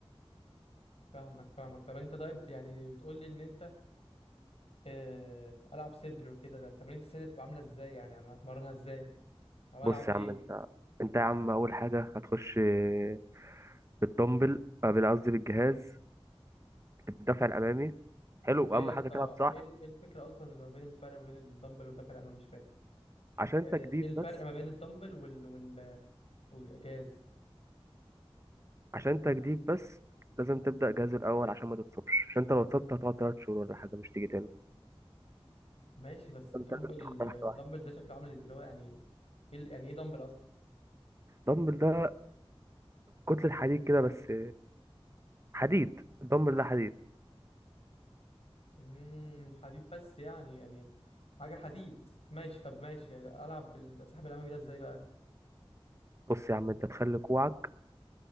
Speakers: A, on the left; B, on the right.
A: فاهمك فاهمك طب انت طيب يعني بتقول لي ان انت آه، العب صدر وكده ده تمارين الصدر تبقى عامله ازاي يعني انا هتمرنها ازاي او
B: بص
A: العب
B: يا
A: ايه
B: عم انت انت يا عم اول حاجه هتخش آه، بالدمبل آه، بال- قصدي بالجهاز الدفع الامامي حلو
A: هو ايه
B: اهم
A: يا
B: حاجه
A: اسطى
B: تلعب صح
A: ايه ال- إيه الفكره اصلا ما بين الفرق ما بين الدمبل والدفع الامامي مش فاهم
B: عشان انت
A: يعني
B: جديد
A: ايه الفرق
B: بس
A: ما بين الدمبل وال... وال... والاجاز
B: عشان تجديد بس لازم تبدأ جهاز الأول عشان ما تتصابش عشان انت لو اتصبت هتقعد تلات شهور ولا حاجة مش تيجي تاني
A: ماشي بس الدمبل
B: انت لازم تاخدها
A: الدمبل
B: واحدة واحدة
A: ده شكله عامل ازاي اللي هو يعني ايه ال- يعني ايه دمبل اصلا
B: الدمبل ده كتلة حديد كده بس حديد الدمبل ده حديد
A: امم حديد بس يعني يعني حاجه حديد ماشي طب ماشي يعني العب بال- صاحب الامامي ده ازاي بقى
B: بص يا عم انت تخلي كوعك